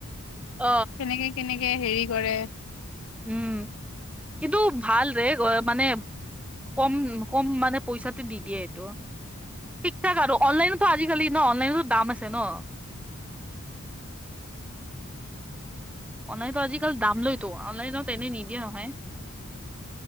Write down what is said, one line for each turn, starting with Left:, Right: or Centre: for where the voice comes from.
Centre: অ',
Left: কেনেকে কেনেকে হেৰি কৰে
Centre: উম কিন্তু ভালৰে মানে কম কম মানে পইচাতে দি দিয়ে এইটো ঠিক থাক আৰু অনলাইনতো আজিকালি ন অনলাইনতো দাম আছে ন <inaudible> অনলাইনতো আজিকাল দাম লয়তো অনলাইনত এনেই নিদিয়ে নহয়